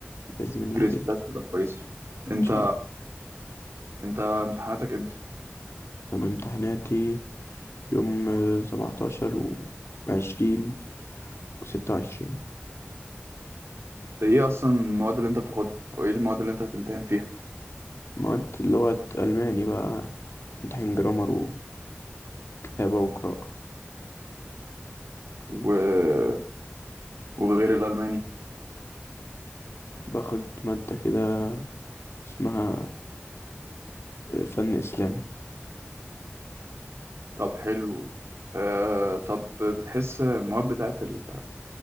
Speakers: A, on the left (about 75°); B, on the right (about 75°).
A: باذن الله
B: جريدز
A: خير
B: بتاعتي
A: ان
B: تبقى كويسة انت
A: شاء الله
B: انت امتحاناتك امتى؟
A: انا امتحاناتي يوم سبعتاشر وعشرين وستة وعشرين
B: ده ايه اصلا المواد اللي انت بتاخدها او ايه المواد اللي انت هتمتحن فيها
A: مواد لغه الماني بقى امتحان جرامر وكتابه وقراءه
B: و... وغير الالماني
A: باخد ماده كده اسمها فن اسلامي
B: طب حلو آه طب بتحس المواد بتاعت ال-